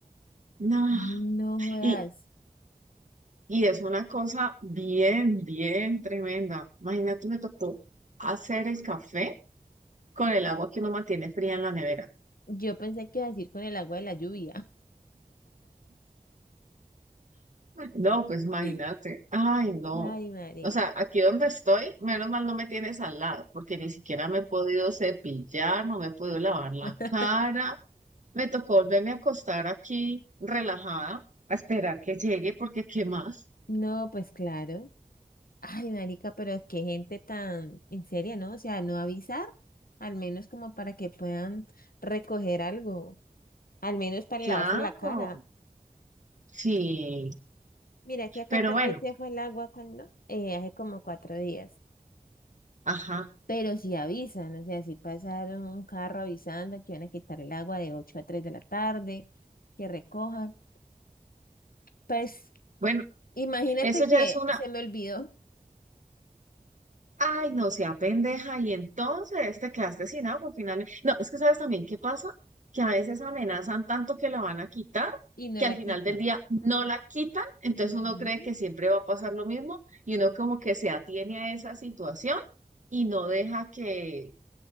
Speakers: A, on the right; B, on the left.
A: no.
B: No jodas.
A: Y, y es una cosa bien, bien tremenda. Imagínate, me tocó hacer el café con el agua que uno mantiene fría en la nevera.
B: Yo pensé que iba a decir con el agua de la lluvia.
A: No, pues imagínate.
B: <laughs>
A: Ay, no.
B: ay, madre.
A: O sea, aquí donde estoy, menos mal no me tienes al lado, porque ni siquiera me he podido cepillar, no me he podido lavar la
B: <laughs>
A: cara. Me tocó volverme a acostar aquí relajada, a esperar que llegue, porque ¿qué más?
B: No, pues claro. Ay, marica, pero es que gente tan en serio, ¿no? O sea, no avisar, al menos como para que puedan recoger algo, al menos para
A: Claro,
B: lavarse la cara.
A: sí.
B: Mira que acá
A: Pero
B: también
A: bueno,
B: se fue el agua cuando, eh, hace como cuatro días.
A: ajá.
B: Pero si avisan, o sea, si pasaron un carro avisando que iban a quitar el agua de 8 a 3 de la tarde, que recojan. Pues
A: Bueno,
B: imagínate
A: eso ya
B: que
A: es una
B: se me olvidó
A: Ay, no sea pendeja, y entonces te quedaste sin agua finalmente. No, es que sabes también qué pasa, que a veces amenazan tanto que la van a quitar,
B: y no
A: que
B: la
A: al final
B: quitan.
A: del día no la quitan, entonces
B: Ujú.
A: uno cree que siempre va a pasar lo mismo y uno como que se atiene a esa situación y no deja que,